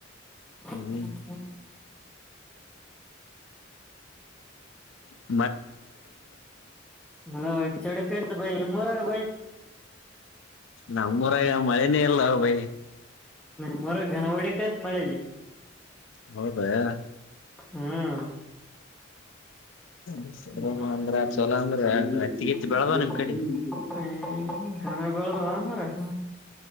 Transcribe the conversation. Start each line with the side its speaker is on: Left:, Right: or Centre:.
Centre: ಹ್ಮ
Left: ಹ್ಮ್ ಹ
Centre: ಮ ಚಡೆ ಕ್ ಬ ಇರ ಬ
Left: ನಮ್ಮೂರಾಗ ಮಳೆನೇ ಅಲ್ಲ ಭೈ
Centre: ಮ್ಮರ ಗನ ವಡ ಕ ಮಾಡೆಲಿ
Left: ಹೌದಯಾ
Centre: ಹ್ಮ್
Left: <unintelligible>
Centre: <unintelligible>
Left: ಅಂದ್ರ ಚೊಲೋ ಅಂದ್ರ ಹತ್ತಿಗೆತ್ತಿ ಬೆಳದವ ನಿಮ್ ಕಡೆ
Centre: ಹಾ ಮರೆ <unintelligible>